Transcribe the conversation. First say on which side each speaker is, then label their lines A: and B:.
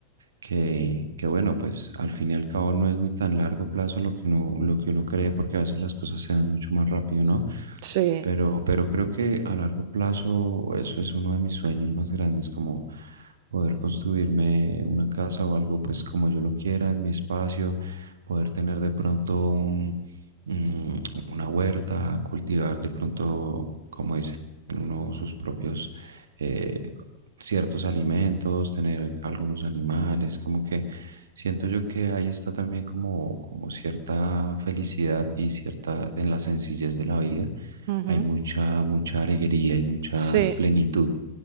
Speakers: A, on the right; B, on the right.
A: que, que, bueno, pues al fin y al cabo no es ni tan largo plazo lo que uno, lo que uno cree, porque a veces las cosas se dan mucho más rápido, ¿no?
B: sí,
A: Pero, pero creo que a largo plazo eso es uno de mis sueños más grandes, como poder construirme una casa o algo pues como yo lo quiera en mi espacio, poder tener de pronto un, mm, una huerta, cultivar de pronto, como dicen uno, sus propios eh, ciertos alimentos, tener algunos animales, como que siento yo que ahí está también como, como cierta felicidad y cierta en la sencillez de la vida
B: ujú,
A: hay mucha, mucha alegría y mucha
B: sí.
A: plenitud.